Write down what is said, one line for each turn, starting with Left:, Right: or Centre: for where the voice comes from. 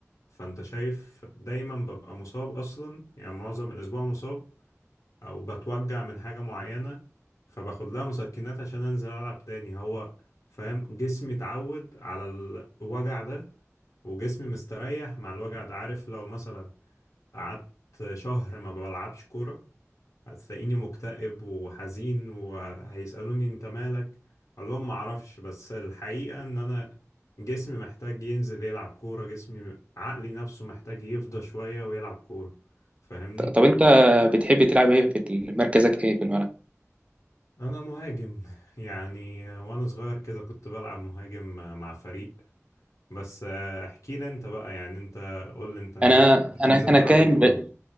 Left: فانت شايف دايما ببقى مصاب اصلا يعني معظم الاسبوع مصاب او بتوجع من حاجه معينه فباخد لها مسكنات عشان انزل العب تاني هو فاهم جسمي اتعود على الوجع ده وجسمي مستريح مع الوجع ده عارف لو مثلا قعدت شهر ما بلعبش كورة هتلاقيني مكتئب وحزين وهيسألوني انت مالك اقول لهم معرفش بس الحقيقة ان انا جسمي محتاج ينزل يلعب كورة جسمي عقلي نفسه محتاج يفضى شوية ويلعب كورة فاهمني
Right: ط- طب أنت بتحب تلعب إيه في ال- مركزك إيه في الملعب؟
Left: انا مهاجم <laughs> يعني وانا صغير كده كنت بلعب مهاجم مع فريق بس احكي لي انت بقى يعني انت قول لي انت نزلت
Right: أنا
Left: بتنزل
Right: أنا أنا
Left: تلعب
Right: كائن
Left: كورة
Right: ب...